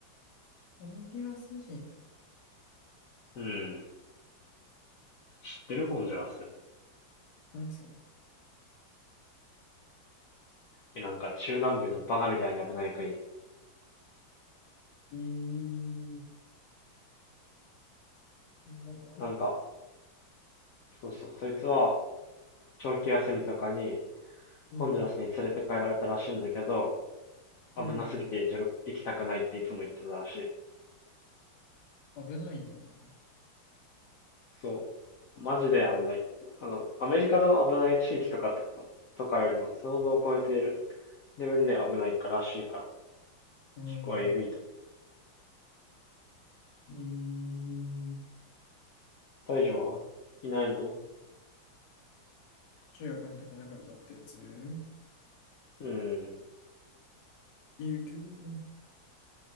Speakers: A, on the left; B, on the left.
A: ホンジュラス人
B: うん。知ってるホンジュラス。
A: 何それ。
B: え、なんか中南米のバカみたいに危ない国。
A: えー、こんなのあるの。
B: なんか、そうそう、そいつは長期休みとかに
A: うん。
B: ホンジュラスに連れて帰られたらしいんだけど、
A: うん。
B: 危なすぎて自分行きたくないっていつも言ってたらしい。
A: 危ないんだ。
B: そう。マジで危ないって。あの、アメリカの危ない地域とかとか、とかよりも想像を超えているレベルで危ないからしいから。
A: うん。
B: 結構えぐいと。
A: えー、
B: 大丈夫はいないの
A: 中学の時仲良かったやつ
B: うん。
A: いるけど、